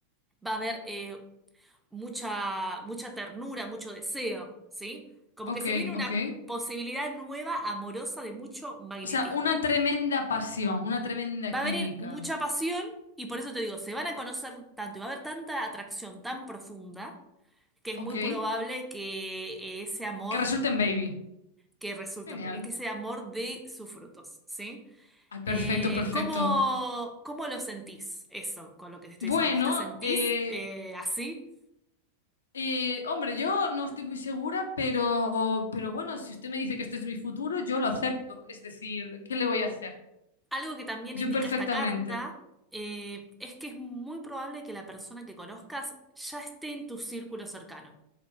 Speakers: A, in the centre; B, on the left.
A: va a haber... eh, mucha, mucha ternura, mucho deseo, ¿sí? Como
B: Ok,
A: que se viene una
B: ok.
A: posibilidad nueva, amorosa, de mucho magnetismo.
B: O sea, una tremenda pasión, una tremenda
A: Va
B: química.
A: a venir mucha pasión y por eso te digo, se van a conocer tanto y va a haber tanta atracción tan profunda que es
B: Ok.
A: muy probable que eh, ese amor
B: Que resulte en baby.
A: que resulta
B: Genial.
A: en bebé, que ese amor dé sus frutos, ¿sí?
B: Ay,
A: Eh,
B: perfecto, perfecto.
A: ¿cómo, cómo lo sentís eso con lo que te estoy
B: Bueno,
A: diciendo? ¿Vos te sentís
B: eh,
A: eh, así?
B: eh, hombre, yo no estoy muy segura, pero, pero bueno, si usted me dice que este es mi futuro, yo lo acepto. Es decir, ¿qué le voy a hacer?
A: Algo que también
B: Yo
A: indica
B: perfectamente.
A: esta carta eh, es que es muy probable que la persona que conozcas ya esté en tu círculo cercano.